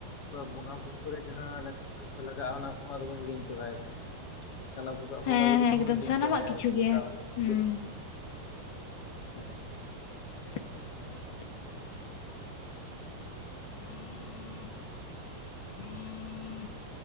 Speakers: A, on the left; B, on the left.
A: ᱵᱚᱸᱜᱟ ᱵᱩᱨᱩ ᱠᱚᱨᱮ ᱡᱟᱦᱟᱸ ᱞᱟᱹᱠᱛᱤ ᱟᱹᱱᱤᱡ ᱠᱚ ᱞᱟᱜᱟᱜᱼᱟ ᱚᱱᱟ ᱠᱚᱦᱚᱸ ᱟᱫᱚ ᱵᱚᱱ ᱦᱤᱲᱤᱧ ᱪᱟᱵᱟᱭᱮᱫᱟ ᱚᱱᱟ ᱵᱚᱸᱜᱟᱜ ᱵᱚᱸᱜᱟ
B: ᱦᱮᱸ
A: ᱵᱩᱨᱩ
B: ᱦᱮᱸ
A: ᱠᱚᱦᱚᱸ
B: ᱮᱠᱫᱚᱢ
A: ᱵᱚᱱ ᱦᱤᱲᱧ
B: ᱥᱟᱱᱟᱢᱟᱜ
A: ᱲᱟᱵᱟᱭᱟ
B: ᱠᱤᱪᱷᱩ
A: ᱚᱱᱠᱟ
B: ᱜᱮ
A: ᱵᱩᱡᱷᱟᱹᱜ
B: ᱦᱩᱸ
A: ᱠᱟᱱᱟ ᱦᱮᱸ
B: <unintelligible>
A: <inaudible>